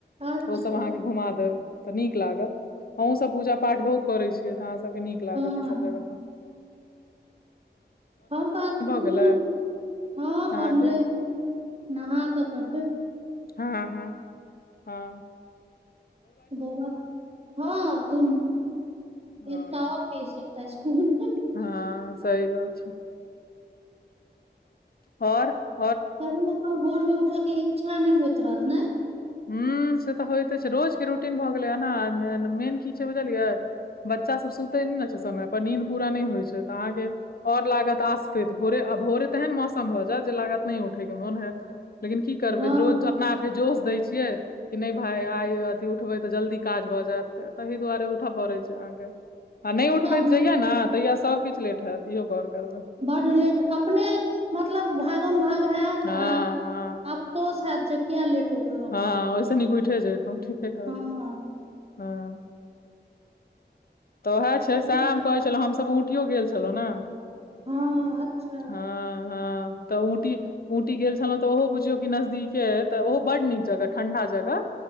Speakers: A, on the right; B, on the left.
A: अच्छा
B: ओ सब अहाँके घुमा देब तऽ नीक लागत अहहुं सब पूजा पाठ बहुत करे छियै ते अहाँ सब के नीक नीक लागत
A: हँ
B: सब जगह पर
A: हम तऽ बुझु
B: गेलै
A: हँ
B: अहाँके
A: बनले नहाकऽ करबै
B: हँ हँ हँ
A: बौआ ह दुनू
B: हँ
A: एकटा ऑफिस एकटा इसकुल
B: हँ सही बात छै आओर
A: कनि ओकर भोर मे उठय के इच्छा नहि होइत रहत ने
B: हू से तऽ होइते छै रोजके रूटीन भऽ गेलै हे ने मेन की छै बुझलियै बच्चा सब सुते ने ने छै समय पर नीद पूरा नहि होइ छै तऽ अहाँके आओर लागत आस केर भोरे आब भोरे तेहन मौसम भऽ जैत जे लागत नहि उठय के मोन होयत लेकिन की करबै
A: हँ
B: रोज
A: हँ
B: अपना आप के जोश दैय छियै कि नहि भाय आइ अथी उठबै तऽ जल्दी काज भऽ जायत ताहि दुआरे उठय पड़े छै अहाँ के आ नहि उठबे तऽ
A: हँ
B: जहिया ने तहिया सभकिछ लेट होयत इहो गौर करबै
A: बड्ड लेट अपने मतलब भागम भाग होयत
B: हँ
A: आ
B: हँ
A: अफसोस हैत जे किया लेट उठलौं
B: हँ ओहिसँ नीक उठे जेतो ठीके कहल
A: हँ
B: हँ तऽ उहै
A: तऽ
B: छै सैहे हम कहै छलहूँ हमसब ऊटियो गेल छलहूँ ने
A: हँ अच्छा
B: हाँ हाँ तऽ ऊंटी ऊंटी गेल छलहुौं तऽ ओहो बुझियौ की नजदीके अयै तऽ ओहो बड्ड नीक जगह ठंडा जगह